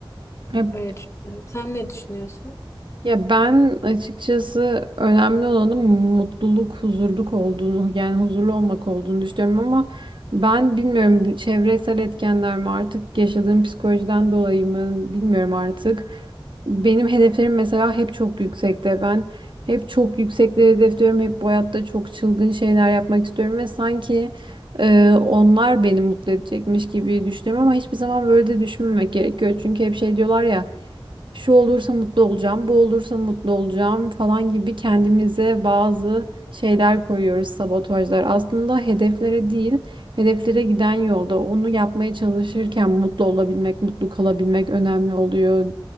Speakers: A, on the right (about 60°); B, on the left (about 30°).
A: Hep
B: Öyle düşünüyorum. Sen ne düşünüyorsun?
A: Ya ben açıkçası önemli olanın mutluluk, huzurluk olduğunu, yani huzurlu olmak olduğunu düşünüyorum ama ben bilmiyorum bu çevresel etkenler mi artık yaşadığım psikolojiden dolayı mı bilmiyorum artık. Benim hedeflerim mesela hep çok yüksekte. Ben hep çok yüksekleri hedefliyorum. Hep bu hayatta çok çılgın şeyler yapmak istiyorum ve sanki e, onlar beni mutlu edecekmiş gibi düşünüyorum ama hiçbir zaman böyle de düşünmemek gerekiyor. Çünkü hep şey diyorlar ya şu olursa mutlu olacağım, bu olursa mutlu olacağım falan gibi kendimize bazı şeyler koyuyoruz, sabotajlar. Aslında hedeflere değil, hedeflere giden yolda onu yapmaya çalışırken mutlu olabilmek, mutlu kalabilmek önemli oluyor